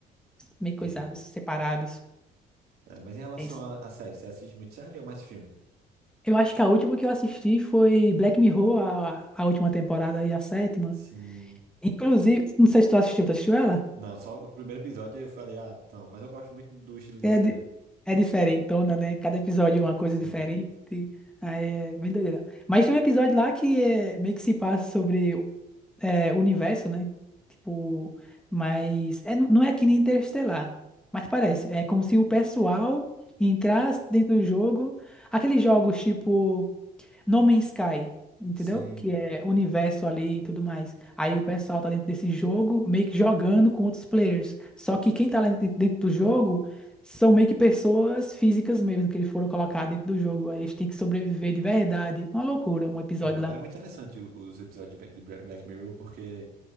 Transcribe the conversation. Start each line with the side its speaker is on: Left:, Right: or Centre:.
Centre: meio coisados,
Right: Entendi.
Centre: separados.
Right: É, mas em relação
Centre: É isso.
Right: a, a série, você assiste muito série ou mais filme?
Centre: Eu acho que a última que eu assisti foi Black Mirror, a, a última temporada aí, a sétima.
Right: sim
Centre: Inclusive, não sei se tu assistiu, tu assistiu ela?
Right: Não, só o primeiro episódio eu falei, ah, não, mas eu gosto muito do estilo da
Centre: É,
Right: série.
Centre: di- é diferentona, né? Cada episódio é uma coisa
Right: sim
Centre: diferente. Aí é bem doideira. Mas tem um episódio lá que é, meio que se passa sobre é, o universo, né? Tipo, mas é, não é que nem Interestelar. Mas parece. É como se o pessoal entrasse dentro do jogo. Aqueles jogos tipo. No Man's Sky, entendeu?
Right: Sim.
Centre: Que é universo ali e tudo mais. Aí o pessoal tá dentro desse jogo, meio que jogando com outros players. Só que quem tá lá dentro, dentro do jogo são meio que pessoas físicas mesmo, que eles foram colocar dentro do jogo. Aí eles têm que sobreviver de verdade. Uma loucura, um episódio
Right: Caramba,
Centre: lá.
Right: é muito interessante o- os episódios de Ba- de Bra- Black Mirror, porque